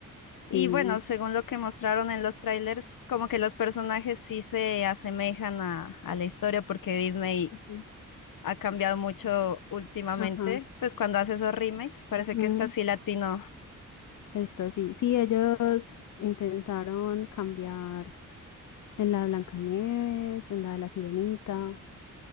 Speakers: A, on the left; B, on the left.
A: sí.
B: Y bueno, según lo que mostraron en los trailers, como que los personajes sí se asemejan a, a la historia porque Disney
A: Ujú.
B: ha cambiado mucho últimamente,
A: Ajá,
B: pues cuando hace esos remakes, parece
A: Mm,
B: que está así latino.
A: Esto sí, sí, ellos intentaron cambiar en la de Blancanieves, en la de la Sirenita,